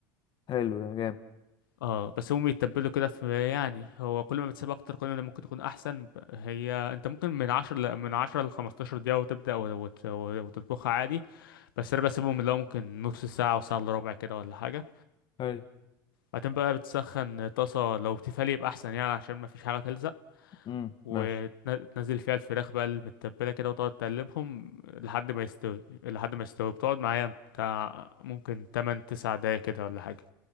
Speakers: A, on the left (about 45°); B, on the left (about 80°).
A: حلو ده جامد
B: اه بس هم يتبلوا كده في يعني هو كل ما بتسيب اكتر كل ما ممكن تكون احسن ب- هي انت ممكن من 10 ل... من 10 ل 15 دقيقة وتبدأ وت... وت... وتطبخها عادي بس انا بسيبهم اللي هو ممكن نص ساعة وساعة الا ربع كده ولا حاجة
A: حلو
B: بعدين بقى بتسخن طاسة لو تيفال يبقى احسن يعني عشان ما فيش حاجة تلزق
A: امم
B: وتنزل
A: ماشي
B: فيها الفراخ بقى المتبلة كده وتقعد تقلبهم لحد ما يستوي لحد ما يستوي بتقعد معايا بتاع ممكن 8 9 دقايق كده ولا حاجة